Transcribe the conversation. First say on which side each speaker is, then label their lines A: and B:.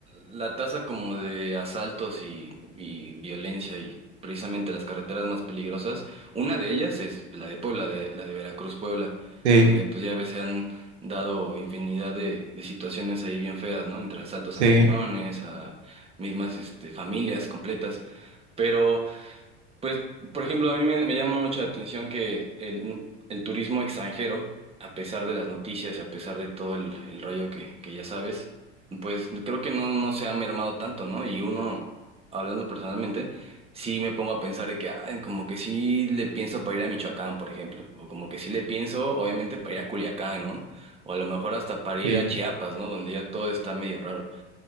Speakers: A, on the right; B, on the right.
A: la tasa como de asaltos y, y violencia y precisamente las carreteras más peligrosas, una de ellas es la de Puebla, de, la de Veracruz, Puebla,
B: Sí,
A: donde pues ya ves se han dado infinidad de, de situaciones ahí bien feas, ¿no? Entre asaltos
B: sí.
A: a camiones, a mismas este, familias completas. Pero pues, por ejemplo, a mí me, me llama mucho la atención que el, el turismo extranjero, a pesar de las noticias y a pesar de todo el, el rollo que, que ya sabes, pues creo que no, no se ha mermado tanto, ¿no? Y uno, hablando personalmente, sí me pongo a pensar de que, ay, como que sí le pienso para ir a Michoacán, por ejemplo, o como que sí le pienso, obviamente, para ir a Culiacán, ¿no? O a lo mejor hasta para ir
B: Sí.
A: a Chiapas, ¿no? Donde ya todo está medio raro.